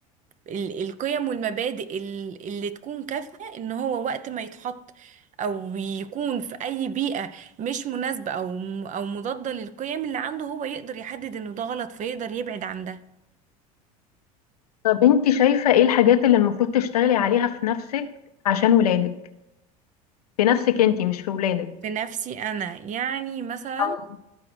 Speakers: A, on the right; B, on the left.
A: ال... القيم والمبادئ ال- اللي تكون كافية ان هو وقت ما يتحط او يكون في اي بيئة مش مناسبة او او مضادة للقيم اللي عنده هو يقدر يحدد انه ده غلط فيقدر يبعد عن ده
B: طب انت شايفه ايه الحاجات اللي المفروض تشتغلي عليها في نفسك عشان ولادك في نفسك انت مش في ولادك
A: في نفسي انا يعني مثلا
B: اه